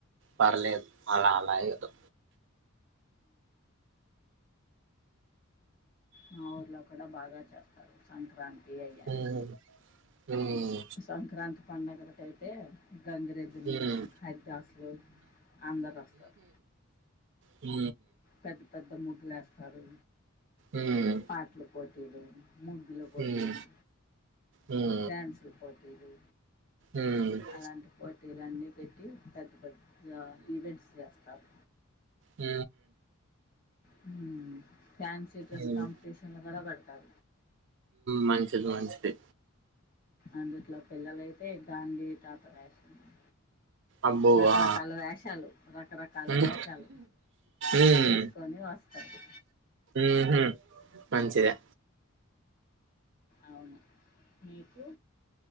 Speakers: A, on the right; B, on the left.
A: పర్లేదు అలా అలా ఏదో
B: మా ఊర్లో కూడా బాగా చేస్తారు సంక్రాంతి ఏ అయ
A: ఉమ్ ఉమ్
B: సంక్రాంతి పండగల అయితే గంగిరెడ్దులు
A: ఉమ్
B: హరిదాసులు అందరు వస్తారు
A: ఉ
B: పెద్ద పెద్ద ముడు లేస్తారు
A: ఉమ్
B: పాటల పోటీలు ముగ్గుల పోటీలు
A: ఉమ్ ఉమ్
B: డ్యాన్సుల పోటీలు
A: ఉమ్ ఉమ్
B: అలాంటి పోటీలు అన్నీ పెట్టి పెద్ద పెద్ద ఈవెంట్స్ చేస్తారు
A: హ
B: హ ఫ్యాన్స డెస్
A: ఉమ్
B: కాంపిటిషన్రడు త
A: మంచిది మంచిది
B: అందుట్లో పిల్లలైతే గాంధీ తాత వేసిన్నారు
A: అబ్బో
B: రకరకాల
A: ఆ
B: వేషాలు రకరకాల
A: ఉమ్
B: వేషాలు
A: ఉమ్
B: వేసుకొని వస్తారు
A: ఉహుం మంచిదే
B: అవును మీకు